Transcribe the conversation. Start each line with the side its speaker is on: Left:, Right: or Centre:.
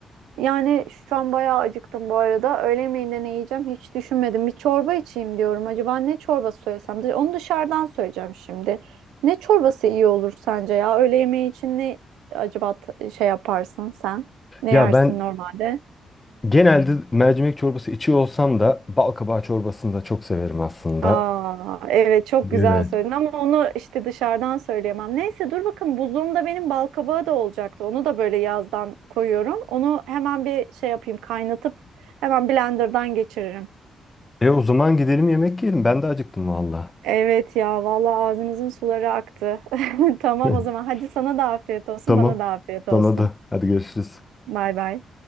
Right: yani şu an bayağı acıktım bu arada. Öğle yemeğinde ne yiyeceğim hiç düşünmedim. Bir çorba içeyim diyorum. Acaba ne çorbası söylesem? Dış- Onu dışarıdan söyleyeceğim şimdi. Ne çorbası iyi olur sence ya? Öğle yemeği için ne acaba t- şey yaparsın sen? Ne
Left: Ya
Right: yersin
Left: ben
Right: normalde?
Left: genelde mercimek çorbası içiyor olsam da bal çorbasını da çok severim aslında.
Right: Aa, evet çok
Left: Değil
Right: güzel
Left: mi?
Right: söyledin ama onu işte dışarıdan söyleyemem. Neyse dur bakın buzluğumda benim bal kabağı da olacaktı. Onu da böyle yazdan koyuyorum. Onu hemen bir şey yapayım kaynatıp hemen blenderdan geçiririm.
Left: E o zaman gidelim yemek yiyelim. Ben de acıktım valla.
Right: Evet ya vallahi ağzımızın suları aktı. <laughs> Tamam
Left: <laughs>
Right: o zaman hadi sana da afiyet olsun
Left: Tamam.
Right: bana da afiyet olsun.
Left: Sana da. Hadi görüşürüz.
Right: Bay bay.